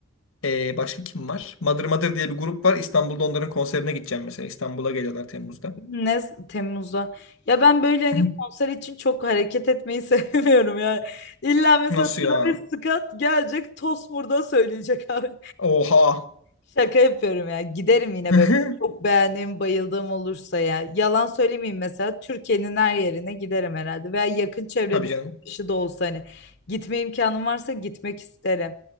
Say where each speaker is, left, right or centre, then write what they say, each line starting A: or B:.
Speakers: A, on the left (about 75°); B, on the left (about 50°).
A: Eee, başka kim var? Mother Mother diye bir grup var. İstanbul'da onların konserine gideceğim mesela. İstanbul'a geliyorlar Temmuz'da.
B: Ne Temmuz'da? Ya ben böyle hani
A: <clears throat>
B: konser için çok hareket etmeyi <laughs> sevmiyorum ya. İlla mesela
A: Nasıl
B: Travis
A: ya?
B: Scott gelecek Tosmur'da söyleyecek abi.
A: Oha.
B: Şaka yapıyorum ya. Giderim yine
A: <laughs>
B: böyle. Çok beğendiğim, bayıldığım olursa ya. Yalan söylemeyeyim mesela. Türkiye'nin her yerine giderim herhalde. Veya yakın çevrede
A: Tabii canım.
B: bir kişi de olsa hani. Gitme imkanım varsa gitmek isterim.